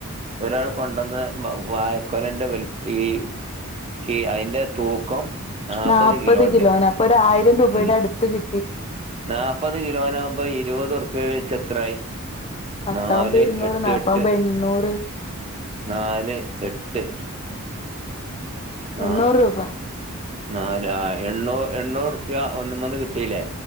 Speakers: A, on the right; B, on the left.
A: ഒരാള് കൊണ്ടന്ന് വ് വായക്കൊലന്റെ വൽ ഈ കി അയിന്റെ തൂക്കം
B: നാപ്പത്
A: കിലോ ഉണ്ട്
B: കിലോന അപ്പ ഒരായിരം രൂപയുടെ
A: ഉം
B: അടുത്ത് കി
A: നാപ്പത് കിലോനാവുമ്പോ ഇരുപത് ഉർപ്യ വെച്ച് എത്രായി?
B: പത്താവുമ്പോ
A: നാല്
B: ഇരുന്നൂറ്
A: എട്ട്
B: നാപ്പാവുമ്പോ
A: എട്ട്
B: എണ്ണൂറ്
A: നാല് എട്ട് ആ
B: എണ്ണൂറ് രൂപ
A: നാല് ആ എണ്ണൂ എണ്ണൂറുപ്യ ഒന്നുമ്മന്ന് കിട്ടീലേ.